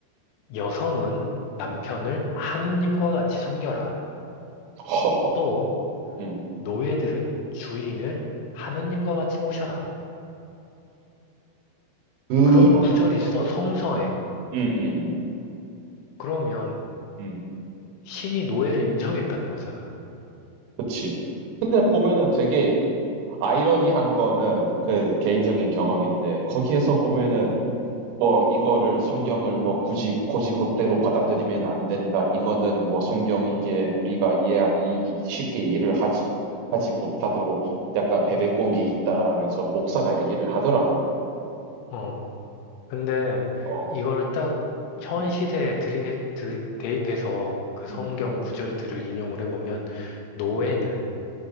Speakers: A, on the left; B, on the right.
A: 여성은 남편을 하느님과 같이 섬겨라.
B: 허,
A: 또
B: 음.
A: 노예들은 주인을 하느님과 같이 모셔라.
B: 그런
A: 그런 구절이 있어,
B: 거를
A: 성서에.
B: 음, 음,
A: 그러면
B: 음.
A: 신이 노예를 인정했다는 거잖아.
B: 그치. 근데 보면은 되게 아이러니한 거는 그 개인적인 경험인데 거기에서 보면은 뭐 이거를 성경을 뭐 굳이 곧이곧대로 받아들이면 안 된다. 이거는 뭐 성경이기에 우리가 이해 이- 이- 쉽게 이해를 하지 하지 못하도록 약간 베베꼰 게 있다라면서 목사가 얘기를 하더라고.
A: 어. 근데
B: 어,
A: 이거를 딱 현
B: 음,
A: 시대에 들이네, 들이, 대입해서 그
B: 음,
A: 성경 구절들을 인용을 해보면 노예는
B: 음,